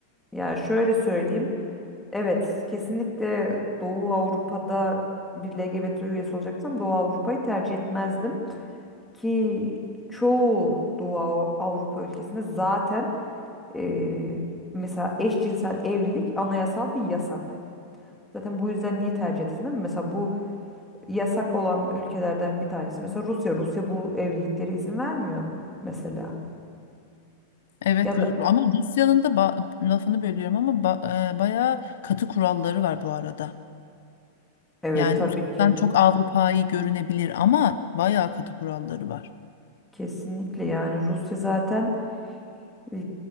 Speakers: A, in the centre; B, on the left.
A: Yani şöyle söyleyeyim. Evet, kesinlikle Doğu Avrupa'da bir LGBT üyesi olacaksam Doğu Avrupa'yı tercih etmezdim ki çoğu Doğu Av- Avrupa ülkesinde zaten e, mesela eşcinsel evlilik anayasal bir yasak. Zaten bu yüzden niye tercih edesin değil mi? Mesela bu yasak olan ülkelerden bir tanesi. Mesela Rusya, Rusya bu evliliklere izin vermiyor mesela.
B: Evet
A: Ya da
B: Yu- ama Rusya'nın da ba- lafını bölüyorum ama ba- e, bayağı katı kuralları var bu arada.
A: evet
B: Yani
A: tabii
B: uzaktan
A: ki
B: çok Avrupa'yı görünebilir ama bayağı katı kuralları var.
A: kesinlikle yani Rusya zaten e,